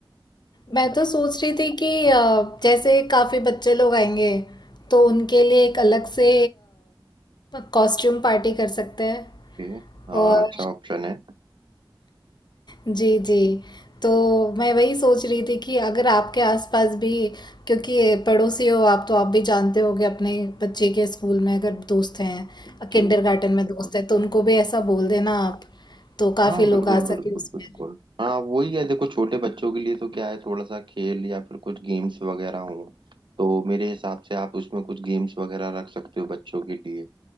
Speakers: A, on the left; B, on the right.
A: मैं तो सोच रही थी कि अ, जैसे काफ़ी बच्चे लोग आएंगे तो उनके लिए एक अलग से कॉस्ट्यूम पार्टी कर सकते हैं
B: ओके हाँ
A: और
B: अच्छा ऑप्शन है
A: जी जी तो मैं वही सोच रही थी कि अगर आपके आसपास भी क्योंकि पड़ोसी हो आप तो आप भी जानते होगे अपने बच्चे के स्कूल में अगर दोस्त हैं
B: जी
A: किंडरगार्टन में दोस्त हैं तो उनको भी ऐसा बोल देना आप तो काफ़ी
B: हाँ हाँ बिल्कुल
A: लोग आ
B: बिल्कुल
A: सके उसमें
B: बिल्कुल हाँ वही है देखो छोटे बच्चों के लिए तो क्या है थोड़ा सा खेल या फिर कुछ गेम्स वगैरह हो तो मेरे हिसाब से आप उसमें कुछ गेम्स वगैरह रख सकते हो बच्चों के लिए